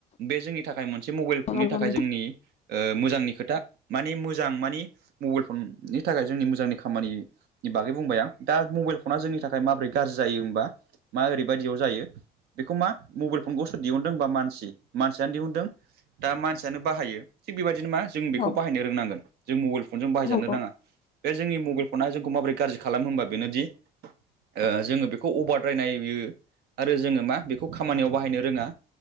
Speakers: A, on the right; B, on the left.
A: बे जोंनि थाखाय मोनसे मबेल फननि
B: नंगौ
A: थाखाय
B: नोंथां
A: जोंनि ओ मोजांनि खोथा। माने मोजां मानि मबेल फननि थाखाय जोंनि मोजांनि खामानि नि बागै बुंबाय आं। दा मबेल फना जोंनि थाखाय माब्रै गारजि जायो होनबा मा ओरैबायदियाव जायो बेखौ मा मबेल फनखौ सोर दिहुनदों होनबा मानसि। मानसियानो दिहुनदों। दा मानसियानो बाहायो थिग बेबायदिनो मा जों बेखौ
B: औ
A: बाहायनो रोंनांगोन। जों मबेल फनजों बाहायजानो
B: नंगौ
A: नाङा। बे जोंनि मबेल फना जोंखौ माबोरै गाज्रि खालामो होनबा बेनोदि ओ जोङो बेखौ अभारद्रायनाययो आरो जोङो मा बेखौ खामानियाव बाहायनो रोङा।